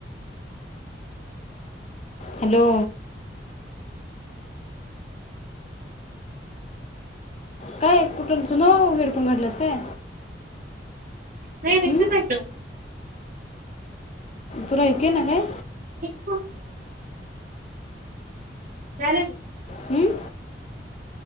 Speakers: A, on the left (about 35°); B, on the right (about 50°).
A: हॅलो. काय कुठुन जुना हे हेडफोन घातलास काय?
B: नाही नाही
A: हं?
B: निघायचं.
A: तुला ऐकू येईना काय?
B: ये थांब. <unintelligible>
A: हं?